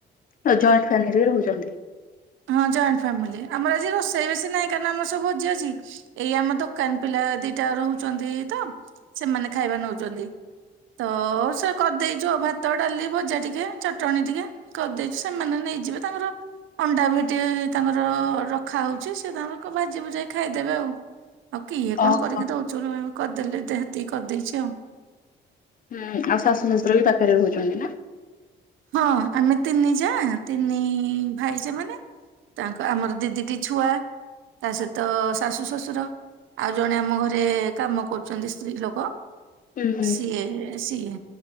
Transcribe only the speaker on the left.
ଆଉ ଜଏଣ୍ଟ ଫ୍ୟାମିଲିରେ ରହୁଚନ୍ତି।
ଓହୋ।
ହୁଁ ଆଉ ଶାଶୁ, ଶଶୁର ବି ପାଖରେ ରହୁଚନ୍ତି ନା?
ହୁଁ ହୁଁ